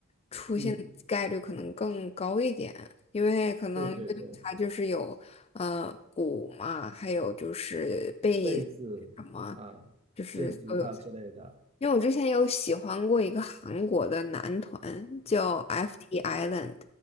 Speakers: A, on the left; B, on the right.
A: 出现的概率可能更高一点，
B: 嗯，
A: 因为可能乐队它就是有呃鼓嘛，
B: 对对对，
A: 还有就是贝斯什么。
B: 贝斯啊、
A: 就是所有。
B: 电吉他之类的。
A: 因为我之前有喜欢过一个韩国的男团，叫 FT Island，